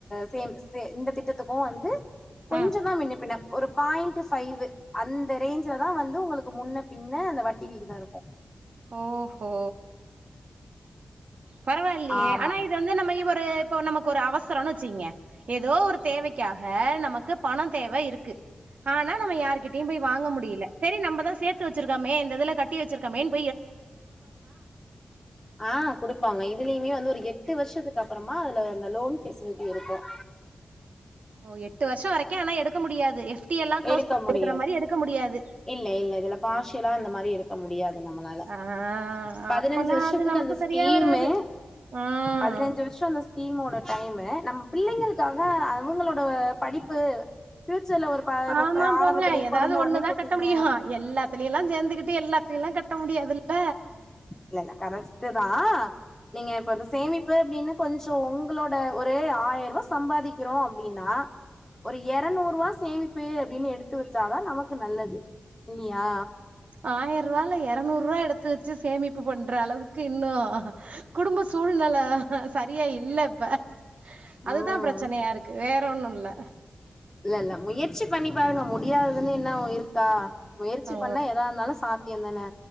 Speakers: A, on the left; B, on the right.
A: சேந் சேந் இந்த திட்டத்துக்கும் வந்து கொஞ்ச
B: ம்
A: தான் முன்னா பின்ன ஒரு பாயிண்ட் பைவ் அந்த ரேஞ்சல தான் வந்து உங்களுக்கு முன்ன பின்ன அந்த வட்டிவிகிதம் இருக்கும்
B: ஓஹோ பரவாயில்லயே
A: ஆமா
B: ஆனா இது வந்து நம இ இப்ப நமக்கு ஒரு அவசரம் வச்சீங்க ஏதோ ஒரு தேவைக் காக நமக்கு பணம் தேவ இருக்கு ஆனா நம்ம யார்கிட்டயும் போய் வாங்க முடியல சரி நம்பதான் சேர்த்து வச்சிருக்கோமே இந்த இதுல கட்டி வச்சிருக்கோமேன்
A: ஆஹ் குடுப்பாங்க இதுலயுமே வந்து ஒரு எட்டு வருஷத்துக்கு அப்புறமா அதுல அந்த லோன் பெசிலிட்டி இருக்கும்
B: ஓ எட்டு வருஷம் வரைக்கும் ஆனா எடுக்க முடியாது வட்டி எல்லாம் க்ளோஸ்
A: எடுக்க
B: பண்ணி
A: முடியாது
B: எடுக்கற மாரி எடுக்க முடியாது
A: இல்ல இல்ல இதுல பார்ஷியலா இந்த மாரி எடுக்க முடியாது நம்மளால
B: ஆஹ்
A: பதினஞ்சு
B: அப்பனா
A: வருஷத்துக்கு
B: அது நமக்கு
A: அந்த ஸ்கீமு
B: சரியா வராது உம்
A: பதினஞ்சு வருஷம் அந்த ஸ்கீம்மோட டைமு நம்ம பிள்ளைங்களுக்காக அவங்களோட படிப்பு பியூச்சர்ல ஒரு ப ப
B: ஆமா
A: ஆரம்பத்திலயே
B: போங்க ஏதாவது
A: பொறந்த
B: ஒண்ணுதான்
A: ஒடனே போட்டீங்க
B: கட்ட முடியும் எல்லாத்துலயும் எல்லாம் சேர்ந்துக்கிட்டு எல்லா அப்படில்லாம் கட்ட முடியாதுல்ல
A: இல்லல்ல கரஸ்ட்டுதா நீங்க இப்ப வந்து சேமிப்பு அப்படின்னு கொஞ்ச உங்களோட ஒரு ஆயிரூவா சம்பாதிக்கிறோ அப்படின்னா ஒரு எரநூரூவா சேமிப்பு அப்படின்னு எடுத்து வச்சாதா நமக்கு நல்லது இல்லியா
B: ஆயிரூபால எரநூரூவா எடுத்து வச்சு சேமிப்பு பண்ற அளவுக்கு இன்னு குடும்ப சூழ் நில சரியா இல்ல இப்ப அதுதா
A: ம்
B: பிரச்சனையா இருக்கு வேற ஒன்னுல்ல
A: இல்ல இல்ல முயற்சி பண்ணி பாருங்க முடியாததுன்னு என்ன இருக்கா முயற்சி
B: ஆ
A: பண்ணா எதா இருந்தாலு சாத்தியம் தான